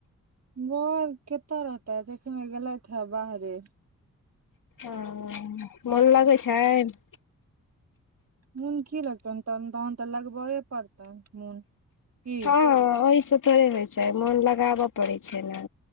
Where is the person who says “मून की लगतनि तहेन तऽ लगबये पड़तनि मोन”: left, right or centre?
Right